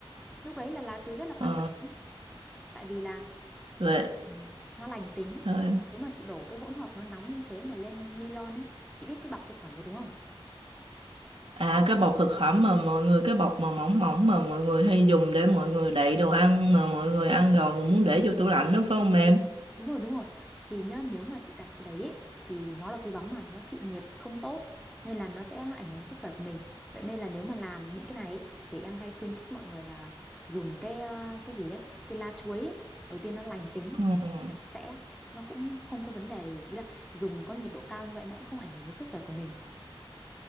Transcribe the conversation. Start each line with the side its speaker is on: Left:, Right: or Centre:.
Centre: lúc đấy là lá chuối rất là quan
Right: ờ
Centre: trọng đấy tại vì là
Right: vậy
Centre: Ừ. nó lành tính
Right: sao em?
Centre: nếu mà chị đổ cái hỗn hợp nó nóng như thế mà lên nylon ấy chị biết cái bọc thực phẩm rồi đúng không
Right: À cái bọc thực phẩm mà mọi người cái bọc mà mỏng mỏng mà mọi người hay dùng để mọi người đậy đồ ăn mà mọi người ăn rồi mà muốn để vô tủ lạnh đó phải không em?
Centre: đúng rồi đúng rồi thì nhá nếu mà chị đặt cái đấy ấy, thì nó là túi bóng mà nó chịu nhiệt không tốt nên là nó sẽ ảnh hưởng đến sức khỏe của mình vậy nên là nếu mà làm những cái này ấy, thì em hay khuyến khích mọi người là dùng cái ờ, cái gì đấy cái lá chuối ấy. đầu tiên nó lành tính
Right: Ờ
Centre: nó sạch sẽ nó cũng không có vấn đề gì ý là dùng có nhiệt độ cao như vậy nó cũng không ảnh hưởng đến sức khỏe của mình